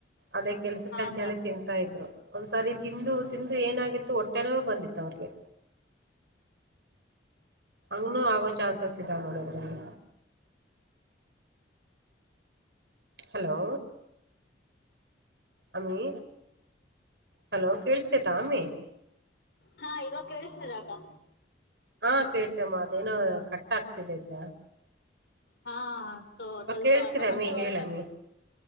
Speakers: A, on the right (about 65°); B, on the left (about 60°).
A: ಅದೇ ಕೆಲ್ಸಕ್
B: ಹಾ
A: ಅಂತೇಳಿ
B: ಅಕ್ಕ
A: ತಿ. ತಾ ಇದ್ರು ಒಂದ್ಸಾರಿ ತಿಂದು ತಿಂದು ಏನಾಗಿತ್ತು ಒಟ್ಟೆನೇ ಬಂದಿತ್ತು ಅವ್ರಿಗೆ. ಹಂಗನುೂ ಆಗೋ ಚಾನ್ಸಸ್ ಇದಾವ ನೋಡೋದ್ರಲ್ಲಿ. ಹಲೋ. ಅಮ್ಮಿ ಹಲೋ ಕೇಳಿಸುತೈತಾ ಅಮ್ಮಿ.
B: ಹಾ ಇವಾಗ ಕಳಿಸ್ತಾ ಇಲ್ಲ ಅಕ್ಕ.
A: ಹಾ ಕೇಳಿಸ್ತಾ ಇದೆ ಅಮ್ಮ ಅದೇನೋ ಕಟ್ಟ ಆಗ್ತಿದೆ್ದ.
B: ಹಾ
A: ಇವಾಗ
B: ಸ್ವಲ್ಪ
A: ಕೇಳ್ಸಿದಮ್ಮಿ
B: ಸಮಸ್ಯೆ ಬರಕಾದ.
A: ಹೇಳಮ್ಮಿ